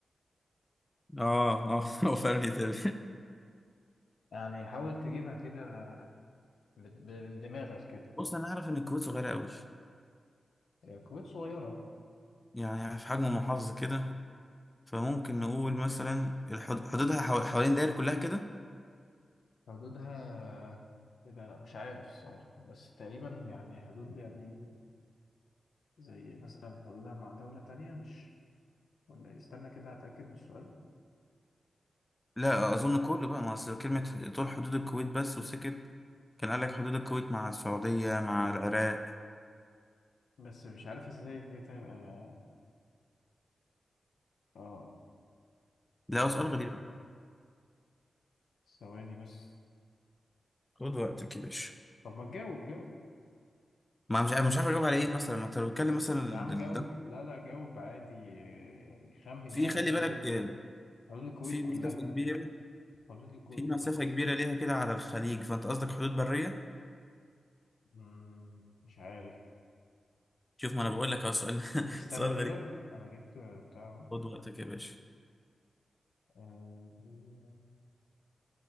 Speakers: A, on the left; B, on the left.
A: أه أه <laughs> هو فعلا يتابع
B: يعني حاول تجيبها كده بد- من دماغك كده
A: بص أنا أعرف إن الكويت صغيرة أوي
B: هي الكويت صغيرة
A: يعني في حجم محافظة كده فممكن نقول مثلا الحد... حدودها حو... حوالين داير كلها كده
B: حدودها لا لا مش عارف الصراحة بس تقريبا يعني حدود يعني زي مثلا حدودها مع دولة تانية مش ولا استنى كده هتأكد من السؤال
A: لا اظن كله بقى ما اصل كلمه طول حدود الكويت بس وسكت كان قال لك حدود الكويت مع السعوديه مع العراق
B: بس مش عارف ازاي دي تبقى اه
A: لا
B: آه،
A: هو سؤال غريب
B: ثواني بس
A: خد وقتك يا باشا
B: طب ما تجاوب جاوب
A: ما مش عارف مش عارف اجاوب على ايه مثلا ما انت لو بتتكلم مثلا ال-
B: يا عم جاوب
A: ده
B: لا لا جاوب عادي آه، خمن
A: في
B: يعني
A: خلي
B: حدود
A: بالك
B: الكويت
A: آه،
B: حدود الكويت
A: في
B: كلها
A: مسافه كبيره
B: فاضل الكويت
A: في مسافه
B: كله
A: كبيره ليها كده على الخليج فانت قصدك حدود بريه
B: مم، مش عارف
A: شوف ما انا بقول لك اهو سؤال <laughs>
B: استنى
A: سؤال
B: كده
A: غريب
B: أنا جبت بتاع
A: خد وقتك يا باشا
B: آه،